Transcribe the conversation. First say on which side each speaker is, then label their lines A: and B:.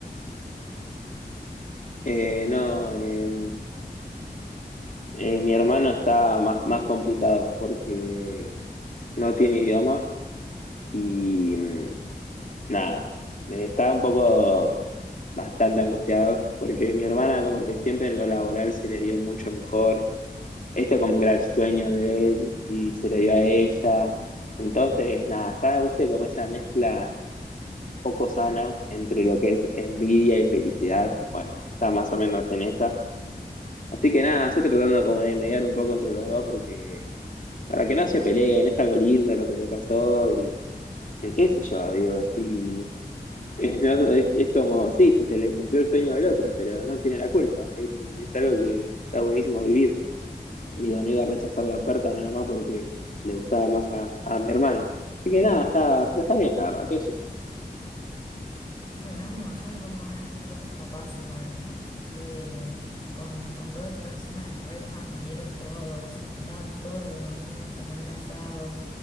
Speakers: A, on the left; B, on the left.
A: Eh, no, eh, eh, mi hermano está más, más complicado porque no tiene idioma y mm, nada, está un poco bastante angustiado porque mi hermana como que siempre en lo laboral se le dio mucho mejor. Esto como que era el sueño de él y se le dio a ella. Entonces, nada, está, viste, como esa mezcla un poco sana entre lo que es envidia y felicidad. Bueno, está más o menos en esa. Así que nada, estoy tratando como de mediar un poco entre los dos porque para que no se peleen, es algo lindo lo que le pasó y y qué sé yo, digo, sí, es, no- no, es- es como, sí, se, se le cumplió el sueño del otro, pero no tiene la culpa, es, es algo que está buenísimo vivir. Digo, no iba a rechazar la oferta nada más porque le gustaba más a, a mi hermana. Así que nada, está, pero está bien, la verdad, qué sé yo.
B: Bueno, me imagino cómo deben estar tus papás igual, ¿eh? Eh, con, con todo esto encima de re familiares todos, se juntaban todos los domingos a comer asado,